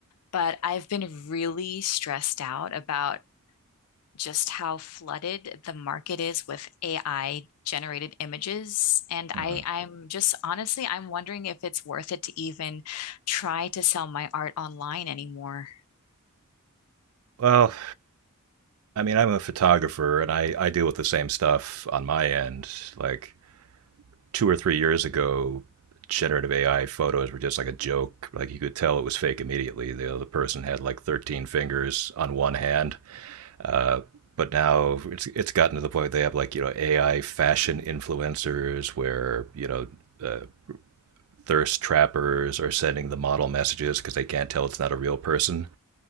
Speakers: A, on the left; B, on the right.
A: but I've been really stressed out about just how flooded the market is with AI generated images. And I,
B: hmm
A: I'm just honestly, I'm wondering if it's worth it to even try to sell my art online anymore.
B: Well, I mean, I'm a photographer and I, I deal with the same stuff on my end. Like two or three years ago, generative AI photos were just like a joke. Like you could tell it was fake immediately. The other person had like 13 fingers on one hand. Uh, but now it's it's gotten to the point they have like, you know, AI fashion influencers where, you know, uh, thirst trappers are sending the model messages because they can't tell it's not a real person.